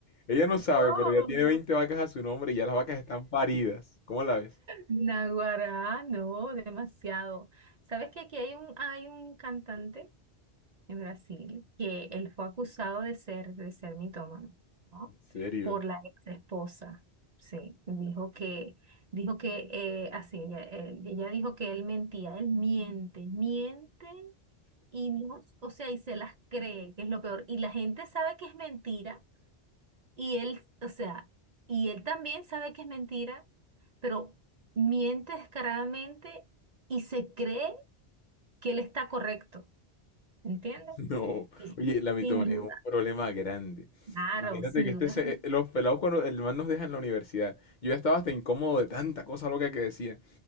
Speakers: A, on the left (about 55°); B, on the right (about 45°).
A: Ella no sabe,
B: Oh,
A: pero ya tiene 20 vacas a su nombre y ya las vacas están paridas. ¿Cómo la ves?
B: Naguará, no, demasiado. ¿Sabes que aquí hay un, hay un cantante en Brasil que él fue acusado de ser, de ser mitómano, ¿no?
A: ¿En serio?
B: Por la ex esposa. Sí, dijo que, dijo que, eh, así, ella, él- ella dijo que él mentía, él miente, miente y no, o sea, y se las cree, que es lo peor. Y la gente sabe que es mentira y él, o sea, y él también sabe que es mentira, pero miente descaradamente y se cree que él está correcto, ¿entiendes?
A: <laughs> No.
B: Y
A: Oye, la mitomanía
B: sin duda,
A: es un problema grande.
B: claro,
A: Imagínate
B: sin
A: que este
B: duda.
A: se-
B: es un-
A: eh, los pelados cuando el man nos deja en la universidad. Yo ya estaba hasta incómodo de tanta cosa loca que decía.